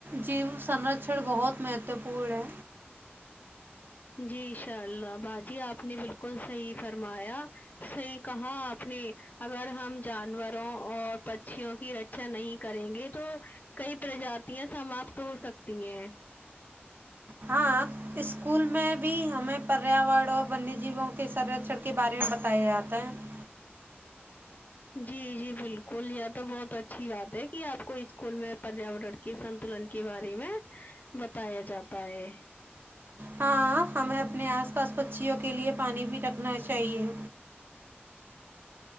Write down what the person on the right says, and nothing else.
جیو سنرکچن بہت مہتوپورن ہے
ہاں اسکول میں بھی ہمیں پریاور اور ونیہ جیووں کے سرکش کے بارے میں بتایا جاتا ہے <unintelligible>
ہاں ہمیں اپنے آس پاس پکچیوں کے لیے پانی بھی رکھنا چاہیے